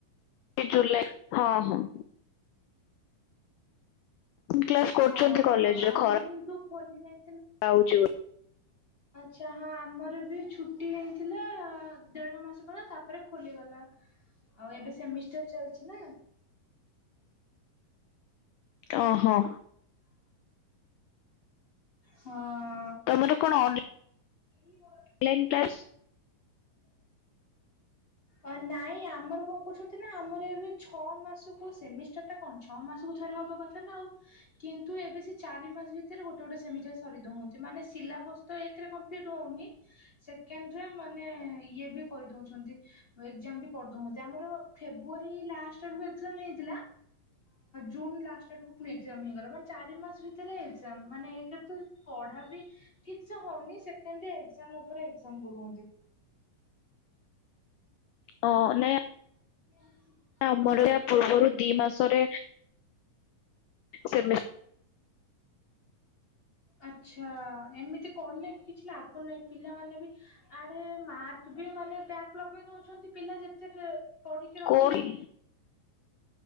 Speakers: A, on the left; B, on the left.
A: ଜୁଲାଇ ହଁ ହଁ। କ୍ଲାସ କରୁଛନ୍ତି
B: ହଁ,
A: କଲେଜରେ
B: ଆମର
A: ଖରା
B: କିନ୍ତୁ ଖୋଲି ଯାଇ
A: <unintelligible>
B: ଆଚ୍ଛା ହଁ ଆମର ବି ଛୁଟି ହେଇଥିଲା ଦେଢ ମାସ ଗଲା ତାପରେ ଖୋଲିଗଲା। ଆଉ ଏବେ ସେମିଷ୍ଟାର ଚାଲିଛି ନା
A: ଓହୋ।
B: ହଁ।
A: ତମର କଣ ଅ
B: ମୁଁ ପା
A: ଲାଇନ୍ କ୍ଲାସ୍
B: ହୁଁ ନାଇଁ ଆମର କଣ କରୁଛନ୍ତି ନା ଆମର ଏବେ ଛଅ ମାସକୁ ସେମିଷ୍ଟାର ଟା କଣ ଛଅ ମାସକୁ ଥର ତରେ ହବା କଥା ନା ଆଉ କିନ୍ତୁ ଏବେ ସେ ଚାରି ମାସ ଭିତରେ ଗୋଟେ ଗୋଟେ ସେମିଷ୍ଟାର ସାରିଦଉଅନ୍ତି ମାନେ ସିଲା ବସ ତ ଏଇଥିରେ କମ୍ପିଲିଟ ହଉନି ସେଖେଣ୍ଡେରେ ମାନେ ଇଏ ବି କରିଉ ଚନ୍ତି ଏକ୍ଜାମ ବି କରିଦଉଚନ୍ତି ଆମର ଫେବୁଆରି ଲାଷ୍ଟେ ଆଡକୁ ଏକ୍ସଯାମ ହେଇଥିଲା ଜୁନ୍ ଲାଷ୍ଟଡ଼କୁ ପୁଣି ଏକ୍ଜାମ ହେଇଗଲା ମାନେ ଚାରି ମାସ ଭିତରେ ଏକ୍ଜାମ ମାନେ ଏକେରେ ତ ପଢ଼ା ଠିକ ସେ ହଉନି ସେଠେଏନ୍ତି ଏକ୍ସଯାମ ଉପରେ ଏକ୍ସଯାମ କରଉଅନ୍ତି।
A: ଓ ନାଇ
B: <inaudible> ହଁ।
A: ଆମର ଇଆ ପୂର୍ବରୁ ଦି ମାସରେ ସେମି
B: ଆଛା ଏମିତି କହିଲେ ବି କିଛି ଲାଭ ନାହିଁ ପିଲାମାନୋନ ବି ଆଡେ ମାର୍କ ମାନେ ବ୍ୟାକ୍ ଲଗେଇ ଦଉଛନ୍ତି ପିଲା ଯେତ ଫେ ପଢିକି ରଖିଲେବି
A: କୋରି